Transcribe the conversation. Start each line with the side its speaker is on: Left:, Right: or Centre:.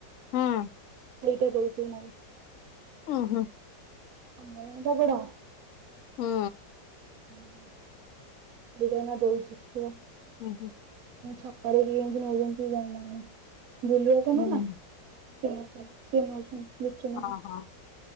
Left: ହଁ।
Right: ଏଇଟା ଦଉଛି। <unintelligible>
Left: ହୁଁ ହୁଁ।
Right: <unintelligible>
Left: ହୁଁ।
Right: ହୁଁ। <unintelligible>
Left: ହୁଁ ହୁଁ।
Right: ଛକରେ ବି ଏମତି ନଉଛନ୍ତି ଜଣେ ନା କଣ, ବୁଲୁ ବାପା
Left: ହୁଁ
Right: ନୁହେଁ ନା ସେଇ ସେ ନଉଛନ୍ତି। ଲିଟୁ ନେଖା
Left: ହଁ ହଁ,